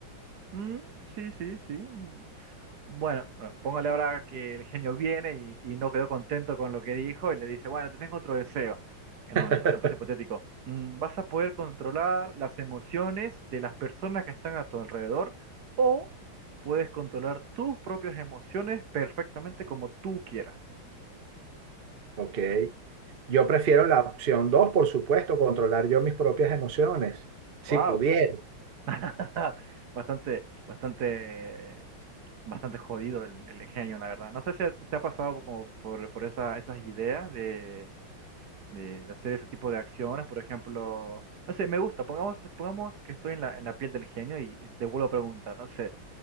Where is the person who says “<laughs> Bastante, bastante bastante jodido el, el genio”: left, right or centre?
Right